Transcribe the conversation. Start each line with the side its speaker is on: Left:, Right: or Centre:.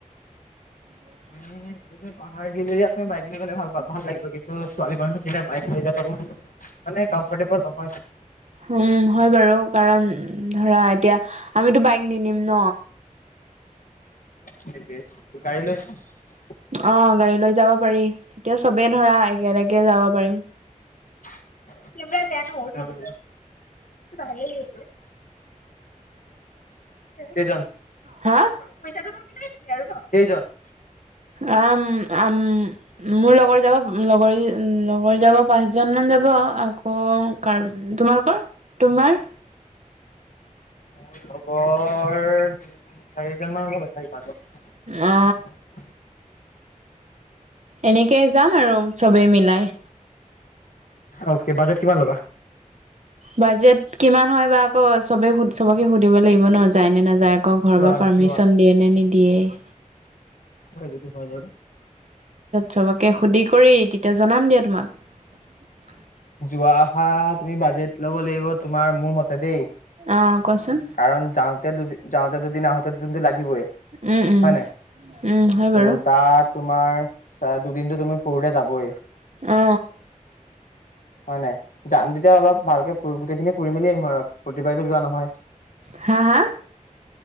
Right: <inaudible>
Left: তুমি পাহাৰ গিলাত তুমি বাইক লৈ গলে ভাল পা-ভাল লাগিব কিন্তু ছোৱালী মানুহক কিলনে বাইক লৈ যোৱাত মানে কম্ফৰ্টেবল নহয় না।
Right: উম হয় বাৰু কাৰণ ধৰা এতিয়া আমিতো বাইক নিনিম ন?
Left: তোৰ গাড়ী লৈ আহ।
Right: অ', গাড়ী লৈ যাব পাৰি। তেতিয়া চবে ধৰা একেলগে যাব পাৰিম।
Left: <unintelligible> ভালেই হল দে, কেইজন?
Right: হা
Left: পইচাটো তই মিলাই দিবি আৰু ন, কেইজন?
Right: আম-আম মোৰ লগৰ যাব লগৰ-লগৰ যাব পাঁচজন মান। যাব আকৌ কাৰ তোমালোকৰ তোমাৰ?
Left: মোৰ লগৰ চাৰিজন মান হ'ব চাৰি পাঁচজন মান
Right: অ এনেকে যাম আৰু চবেই মিলাই
Left: অক বাজেট কিমান ল'বা
Right: বাজেট কিমান হয় বা আকৌ চবে সু সবকে সুধিব লাগিব ন যায় নে নাযায় আকৌ ঘৰৰ
Left: চোৱা
Right: পৰা পাৰ্মিচন
Left: যোৱা
Right: দিয়ে নে নিদিয়ে <inaudible>
Left: <unintelligible>
Right: সবকে সুধি কৰি তেতিয়া জনাম দিয়া তোমাক
Left: যোৱা অহা তুমি বাজেট ল'ব লাগিব তোমাৰ মোৰ মতে দেই
Right: অ কোৱাচোন
Left: কাৰণ যাওঁতে দুদিন যাওঁতে দুদিন আহোতে দুদিন লাগি আহিবই হয়
Right: উম উম
Left: ন ত
Right: উম হয় বাৰু
Left: তাত তোমাৰ চ দুদিনতো তুমি ফুৰোতে যাবই
Right: অ
Left: হয় নাই যাম তেতিয়া অলপ ভালকে ফু গোটেইখিনি ফুৰি মেলি আহিম আৰু প্ৰতি বাৰে যোৱা নহয়
Right: হা, হা